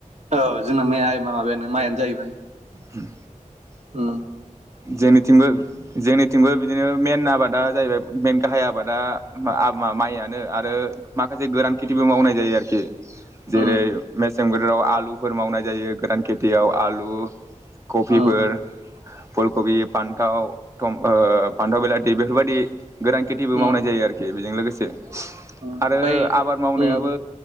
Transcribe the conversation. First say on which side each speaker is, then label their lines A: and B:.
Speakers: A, on the right; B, on the right.
A: औ जोंना मे आय माबायानो माइआनो जाहैबाय।
B: उम।
A: ओम।
B: जोंनिथिंबो जोंनिथिंबो बि बिदिनो मेन आबादा जाहैबाय मेन गाहाय आबादा मा आ मा माइयानो आरो माखासे गोरान खेथिबो मावनाय जायो आरोखि। जेरै
A: उम
B: मेसें बो ल आलुफोर मावनाय जायो गोदान खेथियाव आलु कफिफोर।
A: उम
B: फुलकबि फान्थाव थम ओयो फान्थाव बिलाथि बेफोरबादि। गोरान खेथिबो
A: उम
B: मावनाय जायो आरोखि। बिजों लोगोसे।
A: उम ओमफ्राय
B: आरो आबाद मावनायाबो
A: उम